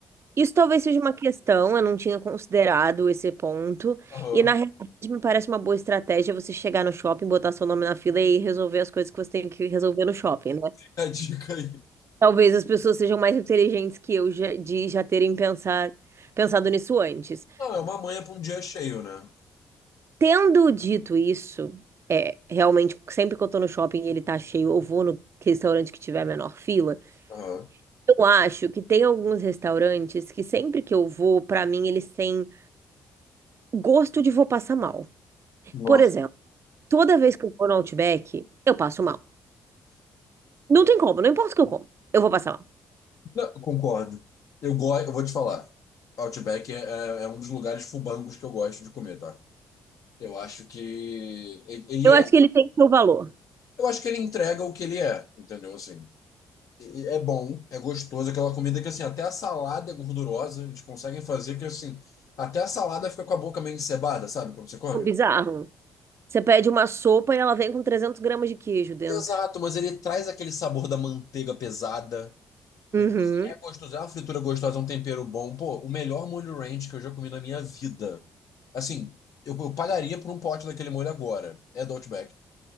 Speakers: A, on the right; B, on the left.
A: Isso talvez seja uma questão, eu não tinha considerado esse ponto.
B: Aham.
A: E na realidade me parece uma boa estratégia você chegar no shopping, botar seu nome na fila e resolver as coisas que você tem que resolver no shopping, né?
B: Fica A dica aí.
A: Talvez as pessoas sejam mais inteligentes que eu já- de já terem pensar, pensado nisso antes.
B: Não, é uma manha pra um dia cheio, né?
A: Tendo dito isso, é, realmente, sempre que eu tô no shopping e ele tá cheio, eu vou no restaurante que tiver a menor fila.
B: Aham.
A: Eu acho que tem alguns restaurantes que sempre que eu vou, pra mim, eles têm gosto de vou passar mal.
B: Nossa.
A: Por exemplo, Toda vez que eu vou no Outback, eu passo mal. Não tem como, não importa o que eu como, eu vou passar mal.
B: Não, eu concordo. Eu gosto, eu vou te falar. Outback é, é- é um dos lugares fubangos que eu gosto de comer, tá? Eu acho que ele ele
A: Eu acho
B: é,
A: que ele tem seu valor.
B: eu acho que ele entrega o que ele é, entendeu? Assim, E- e é bom, é gostoso, aquela comida que assim, até a salada é gordurosa, eles conseguem fazer que assim, até a salada fica com a boca meio encebada, sabe, quando você come?
A: É bizarro. Você pede uma sopa e ela vem com trezentos gramas de queijo dentro.
B: Exato, mas ele traz aquele sabor da manteiga pesada.
A: Uhum.
B: Então, assim, é gostoso, é uma fritura gostosa, é um tempero bom. Pô, o melhor molho ranch que eu já comi na minha vida. Assim, eu, eu pagaria por um pote daquele molho agora. É do Outback.